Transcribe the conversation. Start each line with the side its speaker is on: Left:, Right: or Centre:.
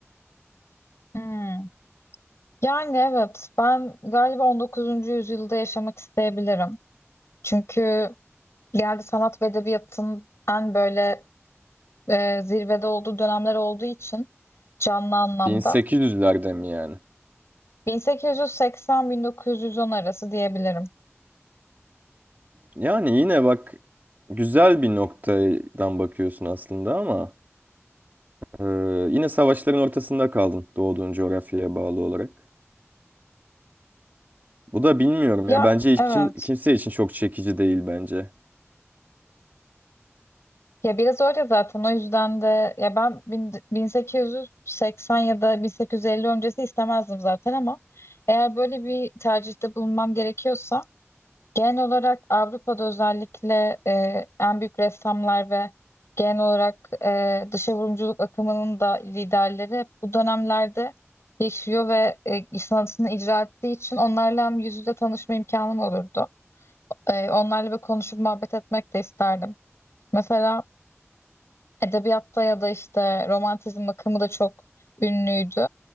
Left: Hmm. Yani evet ben galiba 19. yüzyılda yaşamak isteyebilirim. Çünkü geldi sanat ve edebiyatın en böyle e, zirvede olduğu dönemler olduğu için canlı anlamda
Right: 1800'lerde mi yani?
Left: 1880-1910 arası diyebilirim.
Right: Yani yine bak güzel bir noktadan bakıyorsun aslında ama e, yine savaşların ortasında kaldın doğduğun coğrafyaya bağlı olarak. Bu da bilmiyorum
Left: Ya
Right: ya. Bence hiç
Left: evet.
Right: kim, kimse için çok çekici değil bence.
Left: Ya biraz öyle zaten o yüzden de ya ben bin- 1880 ya da 1850 öncesi istemezdim zaten ama eğer böyle bir tercihte bulunmam gerekiyorsa genel olarak Avrupa'da özellikle e, en büyük ressamlar ve genel olarak e, dışa vurumculuk akımının da liderleri hep bu dönemlerde yaşıyor ve e, sanatını icra ettiği için onlarla hem yüz yüze tanışma imkanım olurdu. E, onlarla bir konuşup muhabbet etmek de isterdim. Mesela Edebiyatta ya da işte romantizm akımı da çok ünlüydü.